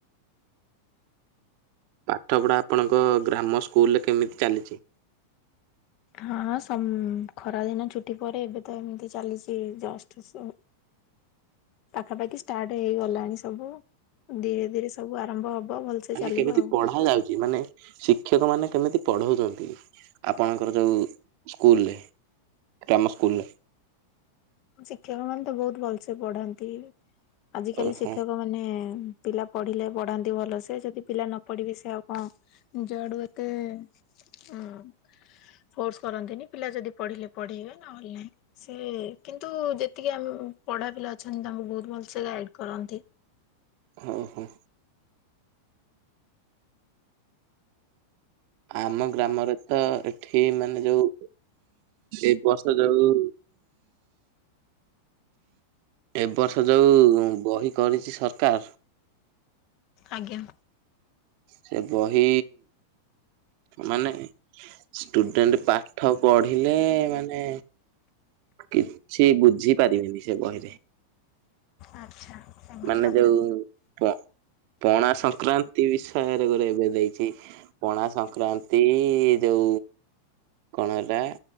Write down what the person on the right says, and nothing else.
ପାଠପଢା ଆପଣଙ୍କ ଗ୍ରାମ ସ୍କୁଲ ରେ କେମିତି ଚାଲିଚି?
ମାନେ
କେମିତି
ପଢା ଯାଉଚି ମାନେ। ଶିକ୍ଷକ ମାନେ କେମିତି ପଢଉଚନ୍ତି ଆପଣଙ୍କର ଯୋଉ ସ୍କୁଲ୍ରେ। ଗ୍ରାମ ସ୍କୁଲ୍ରେ।
ଓହୋ
ଅଁହ। ଆମ ଗ୍ରାମରେ ତ ଏଠି ମାନେ ଯୋଉ ଏ ବର୍ଷ ଯୋଉ <inaudible> ଏ ବର୍ଷ ଯୋଉ ବହି କରିଚି ସରକାର୍।
ସେ ବହି ମାନେ ଷ୍ଟୁଡେଣ୍ଟ ପାଠ ପଢିଲେ ମାନେ। କିଛି ବୁଝି ପାରିବିନି ସେ ବହିରେ।
ମାନେ
ଯୋଉ ପ ପଣା ସଂକ୍ରାନ୍ତି ବିଷୟରେ ଗୋଟେ ଏବେ ଦେଇଛି? ପଣା ସଂକ୍ରାନ୍ତି ଯୋଉ। କଣ ହେଇଟା